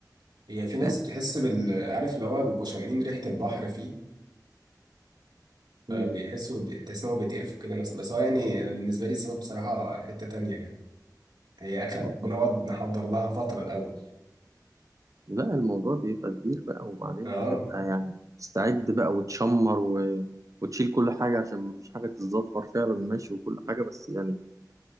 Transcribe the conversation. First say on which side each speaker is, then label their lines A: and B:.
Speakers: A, on the right; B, on the right.
A: هي في
B: مش
A: ناس
B: فاهم
A: بتحس بال عارف اللي هو بيبقوا شامين ريحه البحر فيه فبيحسوا
B: مم.
A: بتحس إن هو بيتقرفوا كده مثلا بس هو يعني أنا بالنسبة لي السمك بصراحة حتة تانية يعني هي أكلة
B: آه
A: بنقعد
B: طبعا.
A: نحضر لها فترة الأول
B: لا الموضوع بيبقى كبير بقى وبعدين
A: أه
B: بتبقى يعني تستعد بقى وتشمر و... وتشيل كل حاجة عشان مفيش حاجة تتزفر فعلا ماشي وكل حاجة بس يعني